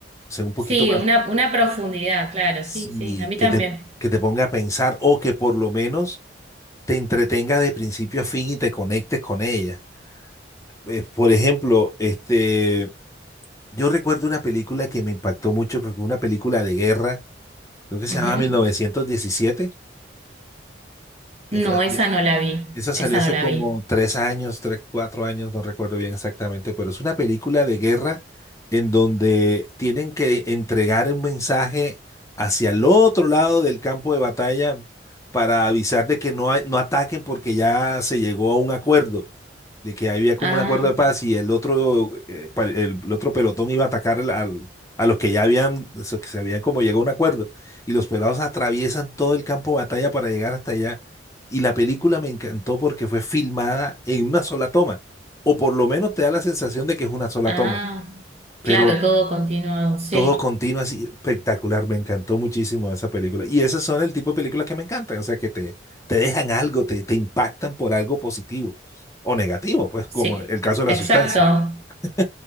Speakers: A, on the left (about 15°); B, on the right (about 35°).
A: O sea, un poquito
B: Sí,
A: más
B: una, una profundidad, claro,
A: sí,
B: sí, sí, a mí
A: que
B: también.
A: te, que te ponga a pensar o que por lo menos te entretenga de principio a fin y te conectes con ella. Eh, por ejemplo, este, yo recuerdo una película que me impactó mucho, creo que fue una película de guerra, creo que se
B: Ujú.
A: llamaba 1917, que
B: No,
A: fue-
B: esa no la vi,
A: Esa
B: esa
A: salió hace
B: no la
A: como
B: vi.
A: tres años, tres, cuatro años, no recuerdo bien exactamente, pero es una película de guerra en donde tienen que entregar un mensaje hacia el otro lado del campo de batalla para avisar de que no, hay- no ataquen porque ya se llegó a un acuerdo, de que había como
B: Ah.
A: un acuerdo de paz y el otro, eh, pa- el, el otro pelotón iba a atacar al, al- a los que ya habían, o sea, que se habían como llegado a un acuerdo. Y los pelados atraviesan todo el campo de batalla para llegar hasta allá y la película me encantó porque fue filmada en una sola toma, o por lo menos te da la sensación de que es una sola
B: Ah,
A: toma, pero
B: claro, todo continuo, sí,
A: todo continuo así espectacular, me encantó muchísimo esa película. Y esas son el tipo de películas que me encantan, o sea, que te, te dejan algo, te, te impactan por algo positivo o negativo, pues como
B: sí,
A: el caso de
B: exacto.
A: la sustancia. <laughs>